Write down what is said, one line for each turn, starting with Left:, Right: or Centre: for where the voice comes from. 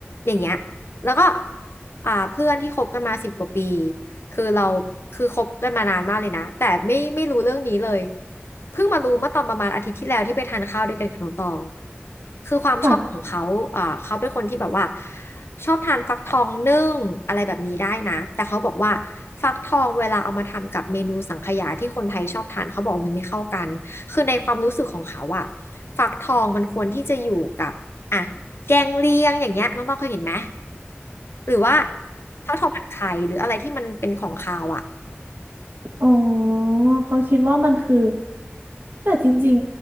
Left: อย่างเงี้ยแล้วก็อ่าเพื่อนที่คบกันมาสิบกว่าปี คือเราคือคบกันมานานมากเลยนะแต่ไม่ไม่รู้เรื่องนี้เลยเพิ่งมารู้เมื่อตอนประมาณอาทิตย์ที่แล้วที่ไปทานข้าวด้วยกันขนมตองคือความชอบของเขาอ่าเขาเป็นคนที่แบบว่า
Right: ค่ะ
Left: ชอบทานฟักทองนึ่งอะไรแบบนี้ได้นะแต่เขาบอกว่าฟักทองเวลาเอามาทำกับเมนูสังขยาที่คนไทยชอบทานเขาบอกมันไม่เข้ากันคือในความรู้สึกของเขาอะฟักทองมันควรที่จะอยู่กับอ่ะ แกงเลียงอย่างเงี้ยน้องต้องเคยเห็นไหมหรือว่าข้าวทองผัดไข่หรืออะไรที่มันเป็นของคาวอ่ะ
Right: อ๋อเขาคิดว่ามันคือแต่จริง